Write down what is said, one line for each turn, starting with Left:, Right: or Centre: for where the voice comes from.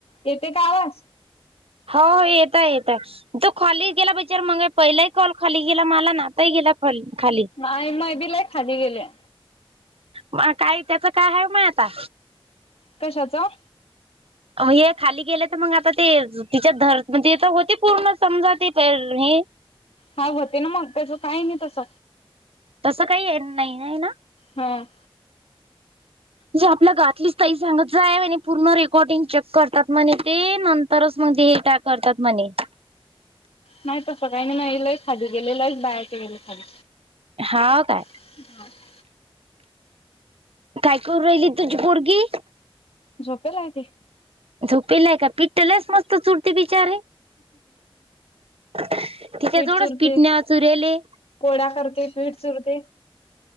Left: येते का आवाज?
Right: हा येताय येताय. तो खाली गेला बिचार मग पहिलाही कॉल खाली गेला मला आनाताही गेला खोल खाली.
Left: नाय मय बी लय खाली गेल्या.
Right: म काय त्याच काय हाय माय आता?
Left: कशाचं?
Right: हे खाली गेले त मग आता ते तिच्या धर म्हणजे तर होते पूर्ण समजा ते हे.
Left: हा होते ना मग त्याचं काय नाय तस.
Right: तसं काय नाही नाय आहे ना?
Left: हम्म.
Right: जे आपला गातलीच ताई सांगत जाय म्हने पूर्ण रेकॉर्डिंग चेक करतात म्हणे ते न तरच मग ते हे टा करतात म्हणे.
Left: नाय तसं काही नाह माये लय खाली गेलेलं बाहेरचे गेले खाली.
Right: हाव काय?
Left: <unintelligible>
Right: काय करू राहिली तुजी पूरगी?
Left: झोपेलाय ती.
Right: झोपेलाय का पीठ्ठलच मस्त चुरती बिचारी. तिच्या
Left: पीठ
Right: जवळच
Left: चुरते
Right: पिटण्याचुरेले.
Left: पोळ्या करते पीठ चुरते.